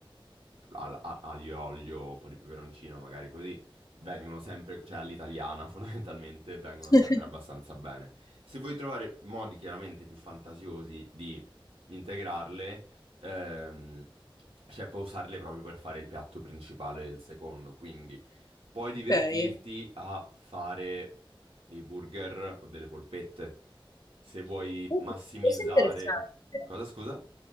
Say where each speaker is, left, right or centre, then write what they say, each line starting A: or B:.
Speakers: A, on the right; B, on the left.
A: al- a- aglio, olio, un po' di peperoncino, magari così, vengono sempre, cioè all'italiana <laughs> fondamentalmente, vengono
B: <laughs>
A: sempre abbastanza bene. Se vuoi trovare modi chiaramente più fantasiosi di integrarle, ehm, cioè puoi usarle proprio per fare il piatto principale e il secondo, quindi puoi divertirti
B: Ok.
A: a fare dei burger o delle polpette. Se vuoi
B: Oh,
A: massimizzare...
B: questo è interessante.
A: Cosa, scusa?